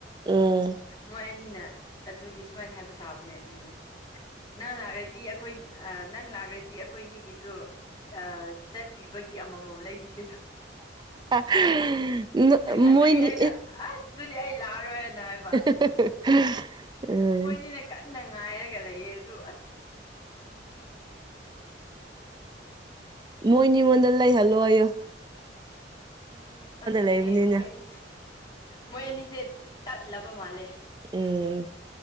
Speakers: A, on the right (about 25°); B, on the left (about 25°).
A: ꯎꯝ
B: ꯃꯣꯏ ꯑꯅꯤꯅ ꯑꯗꯨꯒꯤ ꯁꯨꯃꯥꯏꯅ ꯍꯥꯏꯕ ꯆꯥꯕꯅꯦ ꯎꯝ ꯅꯪ ꯂꯥꯛꯔꯗꯤ ꯑꯩꯈꯣꯏ ꯑ ꯅꯪ ꯂꯥꯛ꯭ꯔꯗꯤ ꯑꯩꯈꯣꯏ ꯑꯅꯤꯒꯤꯁꯨ ꯑ ꯆꯠꯄꯤꯕꯒꯤ ꯑꯃꯃꯝ ꯂꯩꯕꯤꯒꯗꯕ
A: ꯎꯝ
B: ꯑꯗꯨꯒꯤ
A: ꯃꯣꯏꯅꯤ
B: ꯑꯩꯅ ꯑꯁ ꯑꯗꯨꯗꯤ ꯑꯩ ꯂꯥꯛꯑꯔꯣꯏꯅ ꯍꯥꯏꯕ
A: <unintelligible> ꯎꯝ
B: ꯃꯣꯏꯅꯤꯅ ꯀꯟꯅ ꯉꯥꯏꯔꯒ ꯂꯩꯌꯦ ꯑꯗꯨ ꯑꯁ
A: ꯃꯣꯏ ꯃꯤꯉꯣꯟꯗ ꯂꯩꯍꯜꯂꯣ ꯑꯩꯌꯣ
B: ꯑꯗꯨꯅꯦ
A: ꯂꯩꯕꯅꯤꯅ
B: ꯃꯣꯏ ꯑꯅꯤ ꯃꯣꯏ ꯑꯅꯤꯁꯦ ꯇꯠꯂꯕ ꯃꯥꯜꯂꯦ
A: ꯎꯝ